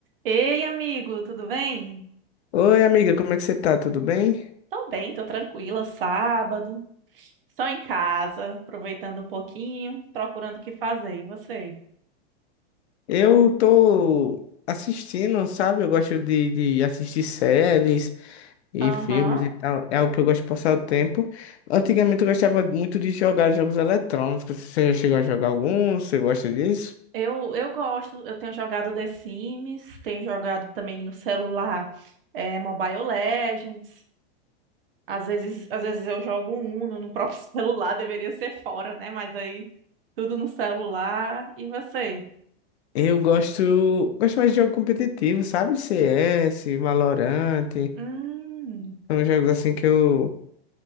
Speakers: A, on the right; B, on the left.
A: Ei, amigo, tudo bem?
B: Oi, amiga, como é que você tá? Tudo bem?
A: Tô bem, tô tranquila, sábado, só em casa, aproveitando um pouquinho, procurando o que fazer. E você?
B: Eu tô assistindo, sabe? Eu gosto de, de assistir séries e
A: Aham.
B: filmes e tal. É algo que eu gosto de passar o tempo. Antigamente eu gostava muito de jogar jogos eletrônicos. Você já chegou a jogar algum? Você gosta disso?
A: Eu, eu gosto, eu tenho jogado The Sims, tenho jogado também no celular é, Mobile Legends. Às vezes, às vezes eu jogo um Uno no próprio <laughs> celular, deveria ser fora, né? Mas aí tudo no celular. E você?
B: Eu gosto, gosto mais de jogo competitivo, sabe? CS, Valorant.
A: Hum,
B: São jogos assim que eu